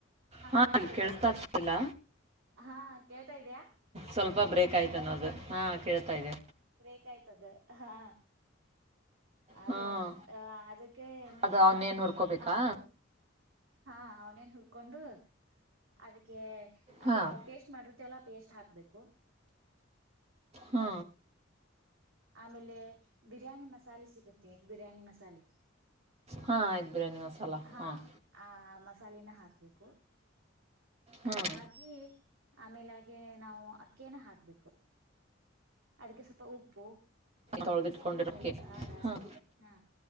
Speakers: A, on the right (about 35°); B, on the right (about 80°).
A: ಹಾ
B: ಕೇಳ್ತಾ ಇದ್ಯಾ
A: ಕೇಳಸ್ತಾಿಲ್ಲ.
B: ಹಾ ಕೇಳ್ತಾ ಇದ್ದಯ.
A: ಸ್ವಲ್ಪ. ಾಯ್ತನ್ನೋ ಅದು ಹಾ ಕೇಳ್ತಾ ಇದೆ.
B: ಬಾಯ್ತದ ಹಾ. ಅದು
A: ಹಾಂ
B: ಅ ಅದಕ್ಕೆ
A: ಅದು
B: ಅಹ
A: ಅವನ್ನೇನು ಹುರ್ಕೋಬೇಕಾ
B: ನಾವು. ಹಾ ಅವನೇನ್ ಉರ್ಕೊಂಡುಅದಕ್ಕೆ. ಆ
A: ಹಾಂ
B: ನಾವು ಪೇಸ್ಟ್ ಮಾಡಿರ್ತೇವಲ್ಲ ಆ ಪೇಸ್ಟ್ ಹಾಕ್ಬೇಕು ಕರ್ <inaudible>
A: ಹಾ.
B: ಆಮೇಲೆ ಬಿರಿಯಾನಿ ಮಸಾಲೆ ಸಿಗುತ್ತೆ ಬಿರಿಯಾನಿ ಮಸಾಲೆ
A: ಹಾಂ ಆಯ್ತು ಬಿರಿಯಾನಿ ಮಸಾಲ
B: ಹಾ
A: ಹಾಂ
B: ಮಸಾಲೆಿನ ಹಾಕ್ಬೇಕು
A: ಹಾಂ
B: ಅದನ್ನ ಹಾಕಿ ಆಮೇಲೆ ಹಾಗೆ ನಾವು ಅಕ್ಕೇನ ಹಾಕ್ಬೇಕು ಅದಕ್ಕೆ ಸ್ವಲ್ಪ ಉಪ್ಪು
A: ತೊಳೆದಿಟ್ಕೊಂಡಿರೋಕೆ
B: ಆಮೇಲೆ ಖಾರ
A: ಹಾಂ
B: ಹಾ